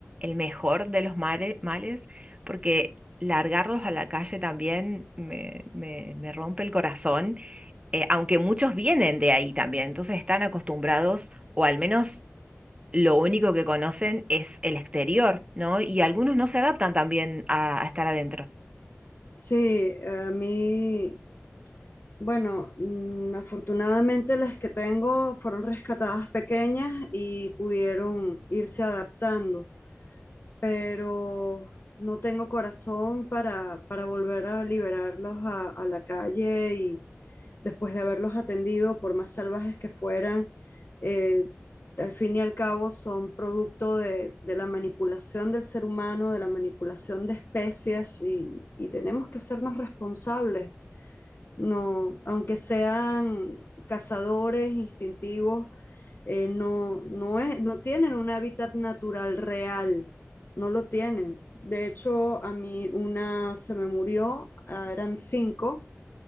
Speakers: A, on the right; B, on the left.
A: mejor de los mare- males, porque largarlos a la calle también me, me- me rompe el corazón, eh, aunque muchos vienen de ahí también, entonces están acostumbrados, o al menos lo único que conocen es el exterior, ¿no? Y algunos no se adaptan también a, a estar adentro.
B: sí, a mí, bueno, mm, afortunadamente las que tengo fueron rescatadas pequeñas y pudieron irse adaptando. pero no tengo corazón para, para volver a liberarlos a, a la calle y después de haberlos atendido, por más salvajes que fueran, eh, al fin y al cabo son producto de, de la manipulación del ser humano, de la manipulación de especies y, y tenemos que hacernos responsables. No, aunque sean cazadores instintivos, eh, no, no, es, no tienen un hábitat natural real, no lo tienen. De hecho, a mí una se me murió, ah, eran cinco,